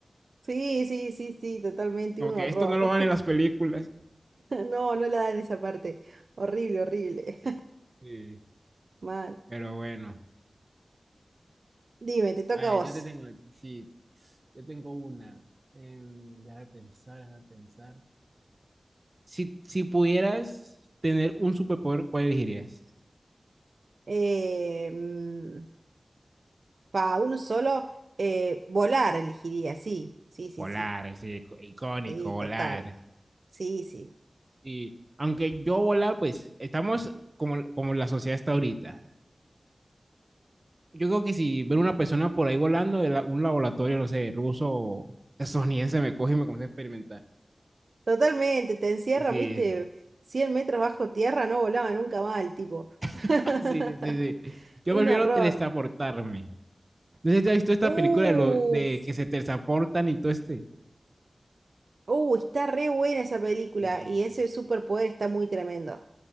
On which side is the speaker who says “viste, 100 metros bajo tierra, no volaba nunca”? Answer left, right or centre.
Right